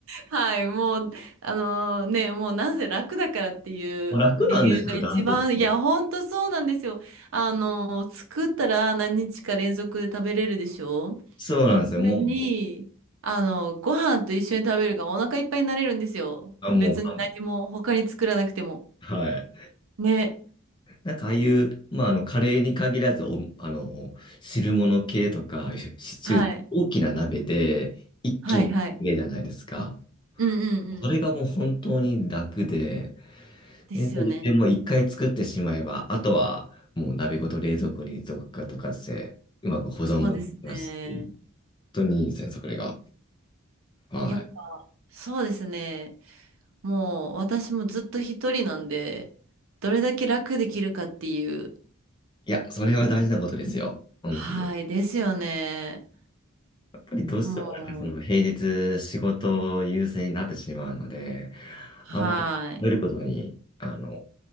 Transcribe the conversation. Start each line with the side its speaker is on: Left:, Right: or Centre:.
Right: はい、もう、あのね、もうなぜ楽だからっていう理由が一番、
Left: もう楽なんですよ、ダントツ。
Right: いや、ほんとそうなんですよ。あの作ったら何日か連続で食べれるでしょ
Left: そうなんですよ。
Right: これに、
Left: もう、
Right: あの、ご飯と一緒に食べるからお腹いっぱいになれるんですよ。
Left: あ、もう、
Right: 別に何も他に作らなくても。
Left: あはい。
Right: ね。
Left: なんかああいう、まあ、あの、カレーに限らず、お、あの、汁物系とか、シチュー、
Right: はい。
Left: 大きな鍋で一気に作れるじゃないですか。
Right: はいはい。うんうんうん。
Left: それがもう本当に楽で、
Right: ですよね。
Left: で、でもう一回作ってしまえば、あとはもう鍋ごと冷蔵庫にどっかとかして、うまく保存もできますし、
Right: そうですね。
Left: 本当にいいですね、それが。はい。
Right: やっぱ、そうですね。もう私もずっと一人なんで、どれだけ楽できるかっていう。
Left: いや、それは大事なことですよ。本当に。
Right: はい、ですよね。
Left: やっぱりどうしてもなんかその平日仕事優先になってしまうので、
Right: もう、はい。
Left: あんまり食べることに、あの、